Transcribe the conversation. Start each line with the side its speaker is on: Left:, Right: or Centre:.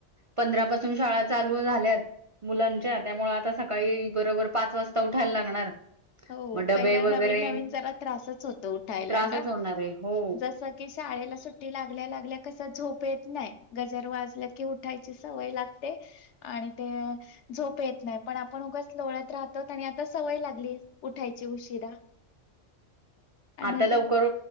Right: पंधरा पासून शाळा चालू झाल्यात. मुलांच्या, त्यामुळ आता सकाळी बरोबर पाच वाजता उठायला लागणार.
Left: हो
Right: मग डबे
Left: पहिला
Right: वगैरे
Left: नवीन नवीन जरा त्रासच होतो उठायला
Right: त्रासच
Left: ना.
Right: होणार आहे हो
Left: जस की शाळेला सुट्टी लागल्या लागल्या कस झोप येत नाही. गजर वाजल्या की उठायची सवय लाग ते. आणि ते झोप येत नाही. पण आपण उगच लोळत राहतो. आणि आता सवय लागली उठायची उशिरा. आणि
Right: आता लवकर
Left: तर